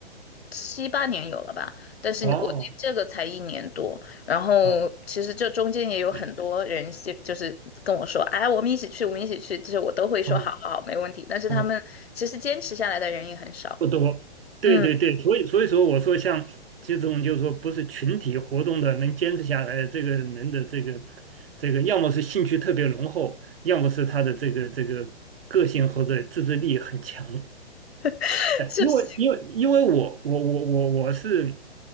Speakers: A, on the left (about 70°); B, on the right (about 60°).
A: 七八年有了吧，但是我练这个才一年多，
B: 哦，
A: 然后
B: 啊
A: 其实这中间也有很多人希就是跟我说，
B: 嗯
A: 哎，我们一起去，我们一起去，就是我都会说好好好没问题，
B: 嗯。
A: 但是他们其实坚持下来的人也很少，
B: 啊不多，对对对，
A: 嗯，
B: 所以所以说我说像这种就是说不是群体活动的能坚持下来的这个人的这个这个，要么是兴趣特别浓厚，要么是他的这个这个个性或者自制力很强。
A: <laughs>
B: 哎，
A: 就是
B: 因为因为因为我我我我我是，